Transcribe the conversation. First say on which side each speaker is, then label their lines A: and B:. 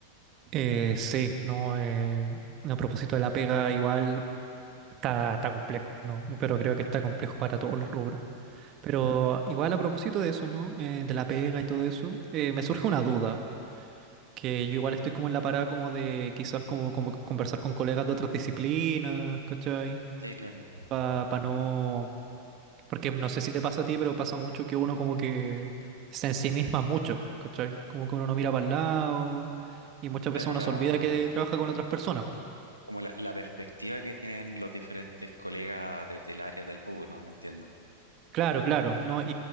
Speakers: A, on the right; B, on the right.
A: eh, sí, no, eh, a propósito de la pega, igual está, está complejo, ¿no? Eh, Pero creo que está complejo para todos los rubros. Pero igual a propósito de eso, ¿no? Eh, de la pega y todo eso, eh, me surge una duda, que yo igual estoy como en la parada como de quizás como, como conversar con colegas de otras disciplinas, ¿cachai?
B: Sí, claro.
A: Para no... Porque no sé si te pasa a ti, pero pasa mucho que uno como que se ensimisma mucho, ¿cachai? Como que uno no mira para el lado y muchas
B: Claro,
A: veces uno
B: la,
A: se olvida que trabaja con otras personas.
B: como la, la perspectiva que tienen los diferentes colegas desde el área del rubro, entiendo.
A: Claro, claro, ¿no? Y,